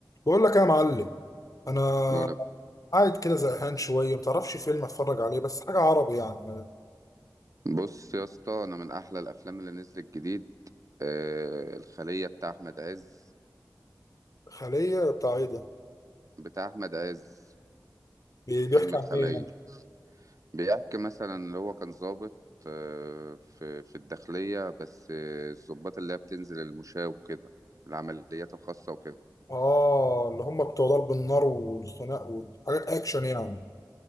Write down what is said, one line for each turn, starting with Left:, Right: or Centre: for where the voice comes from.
Left: بقول لك يا معلم انا
Right: ولا
Left: مم. قاعد كده زهقان شويه متعرفش فيلم اتفرج عليه بس حاجه عربي يعني
Right: بص يا اسطى انا من احلى الافلام اللي نزلت جديد آه الخلية بتاع احمد عز
Left: خليه بتاع ايه ده
Right: بتاع احمد عز
Left: بي- بيحكي
Right: فيلم الخلية
Left: عن ايه يعني
Right: بيحكي مثلا اللي هو كان ضابط آه في في الداخلية بس آه، الضباط اللي هي بتنزل المشاة وكده العمليات الخاصة وكده
Left: اه اللي هم بتوع ضرب النار والخناق وحاجات اكشن يعني